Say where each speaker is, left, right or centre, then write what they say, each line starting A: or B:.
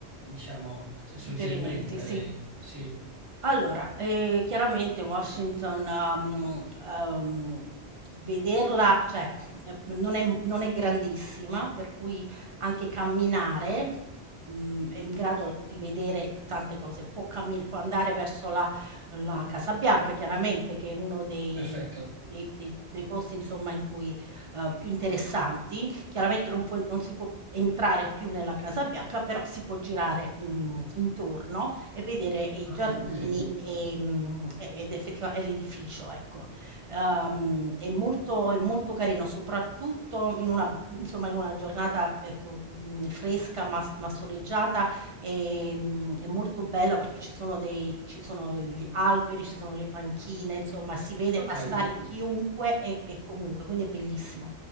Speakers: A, on the right; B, on the right.
A: diciamo, su-
B: suggerimenti,
A: suggerimenti da
B: sì.
A: lei. Sì,
B: Allora, ehm, chiaramente Washington, mhmm, uhm, vederla cioè, ehm, non è m non è grandissima, per cui anche camminare, mhmm, è in grado di vedere tante cose. Può cammin può andare verso la la Casa Bianca chiaramente, che è uno dei
A: perfetto.
B: Mh-mh. dei dei dei posti insomma in cui uhm, più interessanti. Chiaramente non puoi non si può entrare più nella Casa Bianca, però si può girare in intorno e vedere i
A: Ah,
B: giardini,
A: ok.
B: ehm, e ed effettiva e l'edificio, ecco. Uhm, è molto è molto carino, soprattutto in una insomma, in una giornata, ecco, mhmm, fresca ma s ma soleggiata, ehm, è molto bella perché ci sono dei ci sono gli alberi, ci sono le panchine, insomma si vede
A: Ok,
B: passare chiunque e e comunque, quindi è bellissimo.